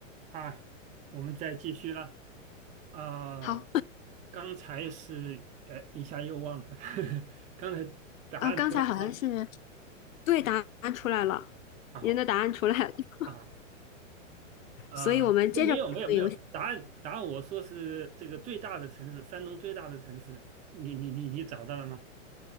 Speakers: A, on the right (about 20°); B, on the left (about 80°).
A: 啊，我们再继续了。啊、
B: 好
A: 刚才是呃，一下又忘了，<laughs> 刚才答案出来了
B: 啊，刚才好像是对答案出来了，
A: 啊
B: 您的答案出来了，<laughs>
A: 啊啊呃，
B: 所以我们接着玩这个游戏。
A: 不，没有没有没有，答案答案我说是这个最大的城市，山东最大的城市，你你你你找到了吗？